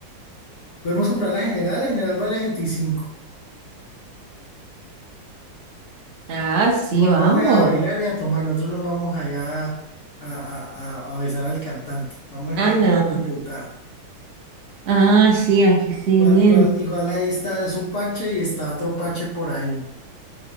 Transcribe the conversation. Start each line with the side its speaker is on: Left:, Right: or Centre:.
Left: Podemos
Right: Mm.
Left: comprar la general, la general vale veinticinco
Right: Ah, sí,
Left: Igual
Right: vamos.
Left: vamos a bailar y a tomar, nosotros nos vamos allá a, a- a- a besar al cantante, vamos a
Right: Ah, no.
Left: disfrutar.
Right: Ah, sí, aquí estoy
Left: Igual,
Right: viendo.
Left: igual, igual ahí está su parche y está otro parche por ahí.